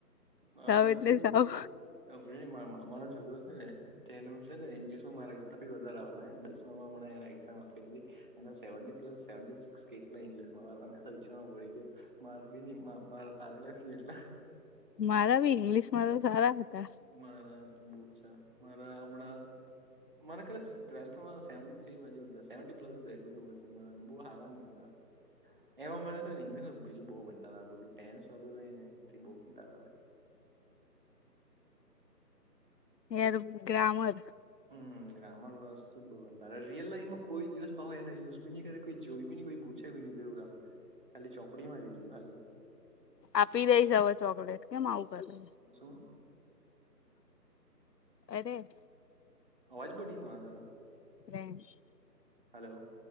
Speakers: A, on the right; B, on the left.
A: મારી
B: સાવ
A: મારી.
B: એટલે સાવ
A: ઉભરેની મા મામાનો છોકરો છે ને તેનું છે ને ઇંગ્લિશમાં મારા કરતાં બી વધારે આવેલા હે દસ મા હમણાં એને એક્ઝામ આપ્યા છે. એના સેવન્ટી સવિક્સ કેટલા ઇંગ્લશમાં આવે વિચાર પડી ગયો મા આવી ન મારા તો આવેલા જ ની એટલા.
B: મારા બી ઇંગ્લિશમાં તો સારા હતા.
A: મારા તો બો ઓછા મારા હમણાં મને કદાચ ટ્વેલ્થમાં સેવન્ટી થ્રી બાજુ સેવન્ટી પ્લસ એટલું ખબર છે પણ બો હારાની. <unintelligible> એમાં મને છે ને ઇંગ્લશ પેલું બો કટાળ ટેન્સ વારુ રઈને બઉ કંટાળો આવેે.
B: <unintelligible> ગ્રામર.
A: હમ. ગ્રામર વસ્તુ જ બો રિયલ લાઈફમાં કોઈ દિવસ પાહુ એને યુઝ બીની કરે કોઈ જોઈ બીની કોઈ પૂછે તેવું કામ ખાલી ચોપડીમાં જેટલું ખાલી.
B: આપી દઈશ હવે ચોકલેટ કેમ આવું કરે.
A: શું?
B: અરેે.
A: અવાજ બો ડીમ આવે તારો.
B: <unintelligible>
A: હલો.